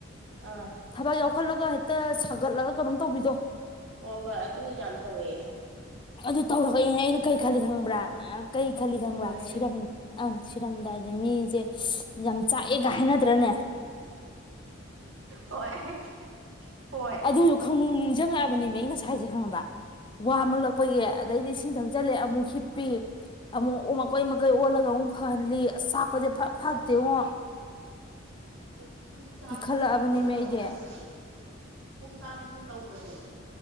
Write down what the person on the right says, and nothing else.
ꯑꯥ
ꯍꯣꯏ ꯍꯣꯏ ꯑꯗꯨ ꯌꯥꯝ ꯇꯧꯋꯦ ꯑꯩꯁꯨ
ꯁꯤꯗꯣꯔꯦꯅ
ꯍꯣꯏ ꯍꯣꯏ
ꯄꯨꯛ ꯄꯨꯛ ꯆꯥꯛꯄꯁꯦ
ꯀꯣꯛꯂꯑꯣ
ꯑꯗꯨꯗꯤ ꯄꯨꯛ ꯇꯥꯛꯄꯁꯦ ꯇꯧꯕꯗꯣ꯫